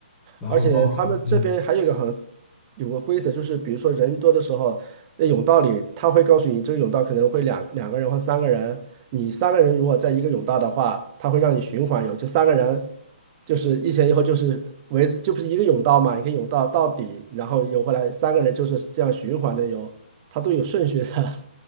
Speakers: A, on the left (about 20°); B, on the right (about 35°).
A: 然后包括嗯，
B: 而且他们这边还有一个很有个规则，就是比如说人多的时候，那甬道里他会告诉你，这个甬道可能会两两个人或三个人，你三个人如果在一个甬道的话，他会让你循环游，就三个人就是一前一后就是围，就不是一个甬道嘛，你可以甬道到底，然后游回来，三个人就是这样循环的游，他都有顺序的。<laughs>